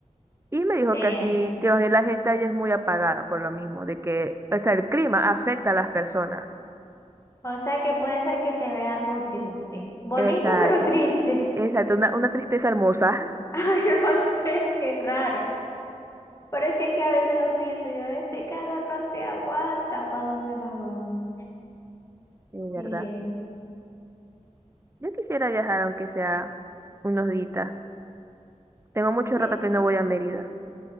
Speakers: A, on the right; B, on the left.
A: Y me dijo
B: Sí.
A: que así, que más bien la gente allá es muy apagada por lo mismo, de que, o sea, el clima afecta a las personas.
B: O sea que puede ser que se vea algo triste. Bonito,
A: Exacto,
B: pero triste.
A: exacto, una, una tristeza hermosa,
B: <laughs> Ay, no sé, qué raro. Pero es que, es que a veces lo pienso, yo, este calor no se aguanta, ¿para dónde nos vamos?
A: <laughs> de verdad.
B: Sí,
A: Yo quisiera viajar aunque sea unos días. Tengo mucho
B: sí.
A: rato que no voy a Mérida.